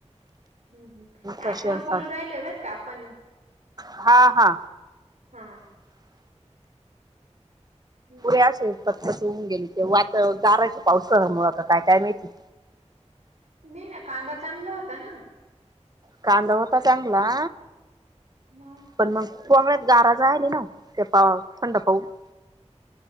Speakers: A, on the right; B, on the right.
A: हं हं
B: तसे
A: ॲपवर
B: असतात
A: बोलू राहिलय बरं का आपण.
B: हा हा
A: हा. हम्म.
B: ते अशे पचपच होऊन गेले तेव आता गाराच्या पाऊससा मु आता काय काय मिळतील.
A: नाय ना कांदा चांगला होता ना.
B: कांदा होता चांगला.
A: म <inaudible>
B: पण मगमुळेळ्यात गारा जायले ना ते पा थंड पाह <inaudible>